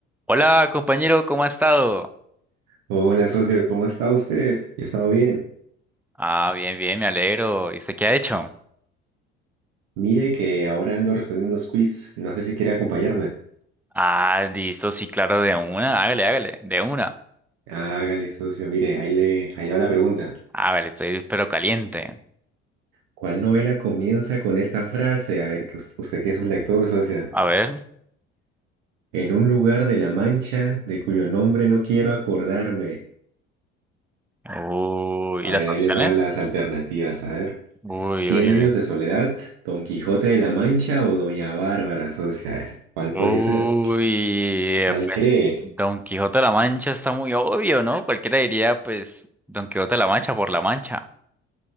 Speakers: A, in the centre; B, on the right.
A: Hola, compañero, ¿cómo ha estado?
B: Hola, socio, ¿cómo está usted? Yo he estado bien.
A: Ah, bien, bien, me alegro. ¿Y usted qué ha hecho?
B: Mire que ahora ando respondiendo unos quiz. No sé si quiere acompañarme.
A: Ah, listo, sí, claro, de una, hágale, hágale, de una.
B: Hágale, socio. Mire, ahí le, ahí le va la pregunta.
A: Hágale, estoy pero caliente.
B: ¿Cuál novela comienza con esta frase? A ver, que us- usted, que es un lector, socio.
A: A ver.
B: En un lugar de la Mancha de cuyo nombre no quiero acordarme.
A: Uy,
B: A
A: ¿y las
B: ver, ahí
A: opciones?
B: les van las alternativas. A ver.
A: Uy,
B: ¿Cien
A: uy,
B: años
A: uy.
B: de soledad, Don Quijote de la Mancha o Doña Bárbara, socio? A ver, ¿cuál puede
A: Uy,
B: ser? ¿Cuál
A: eh, pues
B: cree?
A: Don Quijote de la Mancha está muy obvio, ¿no? Cualquiera diría, pues, Don Quijote de la Mancha por la Mancha.